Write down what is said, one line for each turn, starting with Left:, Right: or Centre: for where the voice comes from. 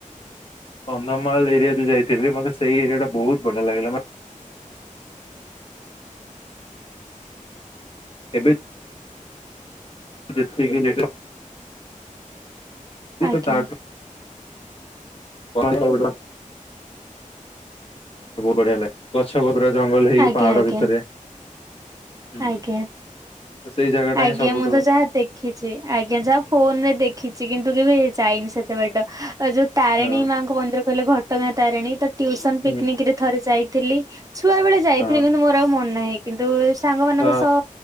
Left: କନ୍ଧମାଳ ଏରିଆ ଯୋଉ ଯାଇଥିଲ ମତେ ସେଇ ଏରିଆ ଟା ବହୁତଢଲଆ ଲାଗିଲା ମାନେ। ଏବେ ଯେତିକି <unintelligible>
Right: ଆଜ୍ଞା
Left: ପ୍ରାୟବହୁ ବଢିଆ ଲାଗେ ଗଛ ଗୋବରା ଜଙ୍ଗଲ ହେଇକି
Right: ଆଜ୍ଞା
Left: ପାହାଡ
Right: ଆଜ୍ଞା
Left: ଭିତରେ। ହୁଁ।
Right: ଆଜ୍ଞା।
Left: ତ ସେଇ ଜାଗା ଟା
Right: ଆଜ୍ଞା
Left: ହିଁ ସବୁଠୁ
Right: ମୁଁ ତ ଯହା ଦେଖି ଦେଖିଛି ଆଜ୍ଞା ଯାହା ଫୋନ୍ ରେ ଦେଖିଛି କିନ୍ତୁ କେବେ ଯାଇନି ସେତେ ବାଟ ଯୋଉ ତାରିଣୀ
Left: ହଁ
Right: ମାଙ୍କ ମନ୍ଦିର କହିଲେ ଘଟଗାଁ ତାରିଣୀ ତ ଟ୍ୟୁସନ
Left: ହୁଁ
Right: ପିକନିକ ରେ ଥରେ ଯାଇଥିଲି। ଛୁଆବେେଳେ ଯାଇଥିଲି
Left: ହଁ
Right: କିନ୍ତୁ ମୋର ଆଉ ମନ ନାହିଁ କିନ୍ତୁ ସାଙ୍ଗମାନଙ୍କ
Left: ତ
Right: ସହ